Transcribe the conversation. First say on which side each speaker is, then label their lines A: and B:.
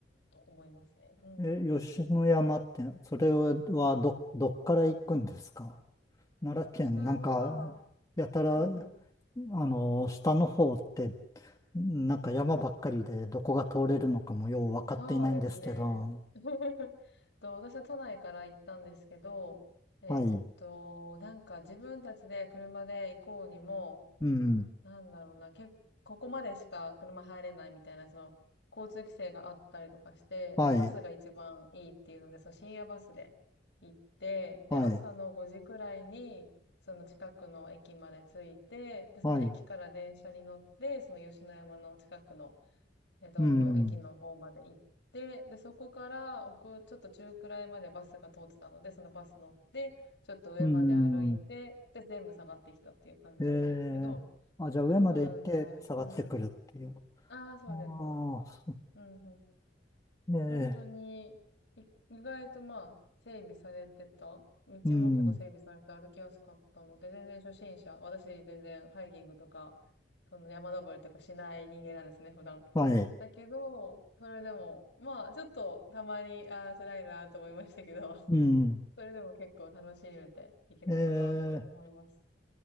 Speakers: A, on the left (about 65°); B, on the left (about 20°).
A: と思いますね。うんうん。
B: え、え吉野山って、それはど、どっから行くんですか奈良県、
A: 篠山は、
B: なんか、やたら、
A: うんうん。
B: あの、下の方って、なんか山ばっかりで、どこが通れるのかもよう分かっていないんですけど。
A: そうですね。<laughs> と、私は都内から行ったんですけど、えっと、
B: はい。
A: なんか自分たちで車で行こうにも、
B: うん。
A: なんだろうな、け、ここまでしか車入れないみたいな、その、交通規制があったりとかして、
B: はい。
A: バスが一番いいっていうので、そう、深夜バスで行って、で、
B: はい。
A: 朝の5時くらいに、その近くの駅まで着いて、で、その駅から電車に乗って、
B: はい。
A: その吉野山の近くの、えっと、
B: うん。
A: 駅の方まで行って、で、そこから奥、ちょっと中くらいまでバスが通ってたので、そのバス乗って、ちょっと上まで歩いて、
B: うん。
A: で、全部下がってきたっていう感じだったんですけど、
B: ええあ、じゃあ上まで行って下がってくるっていう。
A: 多分ね、うんうん。ああ、そうです、
B: ああ。
A: そうです。うんうん。
B: ええ、
A: 本当に、い意外とまあ、整備されてた。道も結構整備されて歩きやすかったので、
B: うん、
A: 全然初心者。私全然ハイキングとか、その山登りとかしない人間なんですね、普段。
B: はい、
A: だけど、それでも、まあ、ちょっとたまに、ああ、辛いなと思いましたけど、<laughs>
B: うん、
A: それでも結構楽しめていけたかなって思います。
B: ええ、